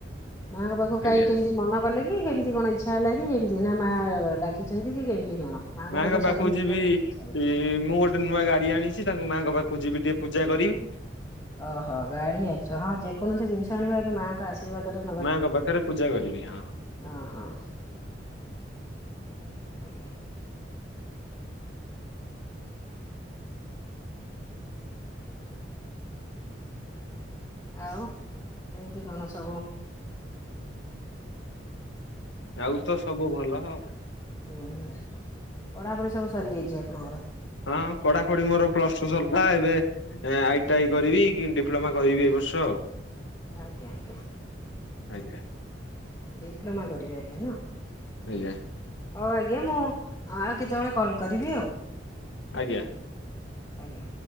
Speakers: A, on the left (about 20°); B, on the left (about 80°).
A: ମା ଙ୍କ ପାଖକୁ
B: ଆଜ୍ଞା
A: କାହିଁ କେମିତି ମନ କଲେ କି କେମିତି କଣ ଇଚ୍ଛା ହେଲା କି କେମିତି ନା ମା ଡାକିଚନ୍ତି କି କେମିତି କଣ? ମାଆଙ୍କ
B: ମା ଙ୍କ ପାଖକୁ
A: ସଡନ
B: ଯିବି
A: ଯିବାକୁ କେମିତି
B: ମୁଁ
A: ଇଚ୍ଛା ହେଲା?
B: ଗୋଟ୍ ଗୋଟ ନୂଆ ଗାଡି ଆଣିଚି ତାଙ୍କୁ ମାଙ୍କ ପାଖକୁ ଯିବିି ଟିକେ ପୂଜା କରିବି।
A: ଓହୋ ଗାଡି ଆଣିଚ ହଁ ଯେକୌଣସି ଜିନିଷ ଆଣିବ ଆଗେ ମାଆଙ୍କ ଆଶୀର୍ବାଦ ରୁ
B: ମା ଙ୍କ ପାଖେରେ ପୂଜା କରିବି ହଁ।
A: ଅ-ହଁ। ଆଜ୍ଞା -ଆଜ୍ଞା। ଆଉ କେମିତି କଣ ସବୁ
B: ଆଉ ତ ସବୁ ଭଲ ଆଉ।
A: ଉଁ -ହୁଁ ପଢାପଢି ସବୁ ସରି ଯାଇଚି ଆପଣଙ୍କର?
B: ହଁ ପଢା ପଢି ମୋର ପ୍ଲସଟୁ ସରିଲା ଏବେ ଆଇ ଟି ଆଇ କରିବି କି ଡିପ୍ଲୋମା କରିବି ଏଇ ବର୍ଷ ଆଉ।
A: ଆଜ୍ଞା ଆଜ୍ଞା।
B: ଆଜ୍ଞା।
A: ଡିପ୍ଲୋମା କରିବେ ଆଜ୍ଞା ନା?
B: ଆଜ୍ଞ।
A: ହୋଉ ଆଜ୍ଞା ମୁଁ ଆ ଆଉ କେତେବେଳେ କଲ୍ କରିବି ଆଉ।
B: ଆଜ୍ଞା।
A: ଆଜ୍ଞା।